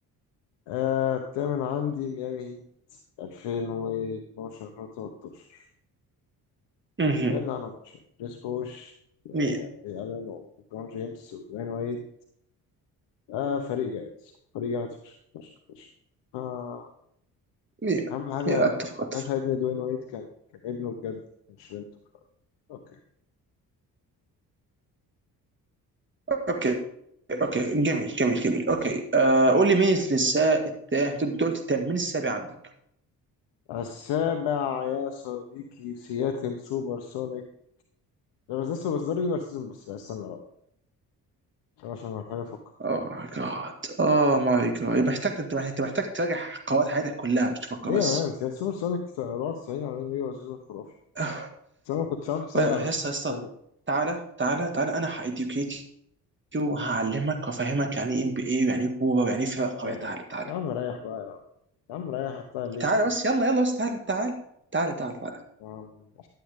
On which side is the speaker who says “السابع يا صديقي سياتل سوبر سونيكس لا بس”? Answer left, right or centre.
Left